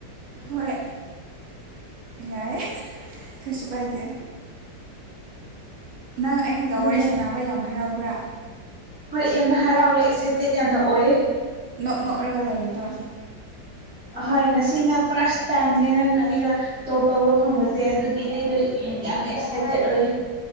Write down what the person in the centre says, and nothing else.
ꯑꯗꯨꯅꯦ
ꯍꯣꯏ ꯌꯥꯝꯅ ꯍꯔꯥꯎꯋꯦ ꯑꯦꯛꯁꯥꯏꯇꯦꯠ ꯌꯥꯝꯅ ꯑꯣꯏ
ꯑꯍꯣꯏ ꯉꯁꯤꯅ ꯐꯥꯔꯁ ꯇꯥꯏꯝꯅꯦ ꯅꯪ ꯑꯩꯒ ꯇꯣꯛ ꯇꯧꯕ ꯐꯪꯕꯁꯦ ꯑꯗꯨꯒꯤ ꯑꯩꯗꯣ ꯌꯥꯝ ꯑꯦꯛꯁꯥꯏꯇꯦꯠ ꯑꯣꯏꯌꯦ